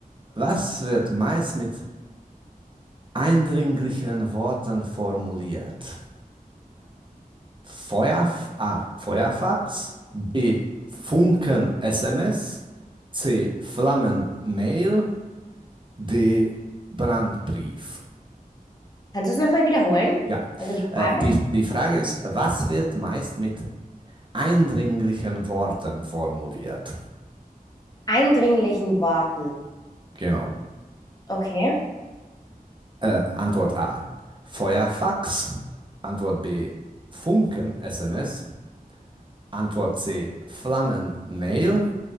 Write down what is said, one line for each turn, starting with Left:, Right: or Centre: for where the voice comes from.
Right: was wird meist mit eindringlichen Worten formuliert. Feuerf A. Feuerfax, B. Funken-SMS, C. Flammen-Mail, D. Brandbrief.
Left: Kannst du es nochmal wiederholen?
Right: Ja,
Left: Also die
Right: äh,
Left: Frage.
Right: die, die Frage ist, was wird meist mit eindringlichen Worten formuliert?
Left: Eindringlichen Worten.
Right: Genau.
Left: Okay.
Right: Äh, Antwort A. Feuerfax. Antwort B. Funken-SMS. Antwort C. Flammen-Mail.